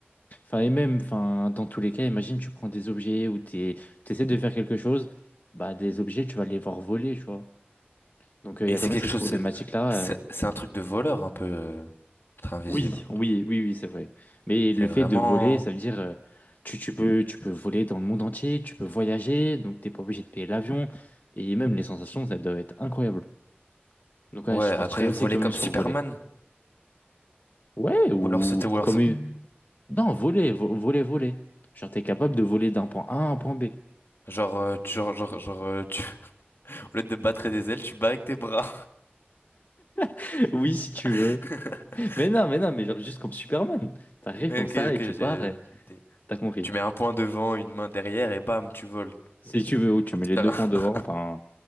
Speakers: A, on the left; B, on the left.
A: Enfin, et même, enfin, dans tous les cas, imagine, tu prends des objets ou t'es, t'essaies de faire quelque chose, bah des objets, tu vas les voir voler, tu vois. Donc euh,
B: Et
A: il y a
B: c'est
A: quand même
B: quelque
A: cette
B: chose.
A: problématique-là.
B: C'est
A: euh,
B: c'est un truc de voleur un peu, euh, être invisible.
A: Oui, oui, oui, oui, c'est vrai. Mais
B: C'est
A: le
B: vraiment.
A: fait de voler, ça veut dire euh, tu, tu peux tu peux voler dans le monde entier, tu peux voyager, donc t'es pas obligé de payer l'avion et même les sensations, ça doit être incroyable. Donc ouais,
B: Ouais,
A: je
B: après,
A: partirais
B: voler
A: aussi quand
B: comme
A: même sur
B: Superman.
A: voler. Ouais,
B: Ou
A: ou
B: alors sauter, ou alors.
A: comme
B: sa-
A: une- non, voler, vo- voler, voler. Genre t'es capable de voler d'un point A à un point B.
B: Genre, euh, tu, genre, genre, genre, euh, tu... <laughs> au lieu de battre des ailes, tu bats avec tes bras.
A: <laughs> Oui, si tu veux.
B: <laughs>
A: Mais non, mais non, mais genre juste comme Superman. T'arrives
B: Ok,
A: comme ça
B: ok,
A: et
B: j'ai.
A: tu pars.
B: j'ai
A: et
B: capté.
A: T'as compris.
B: Tu mets un point devant, une main derrière, et bam, tu voles.
A: Si tu veux, ou tu
B: Un petit
A: mets les
B: terrain.
A: deux points devant,
B: <laughs>
A: enfin,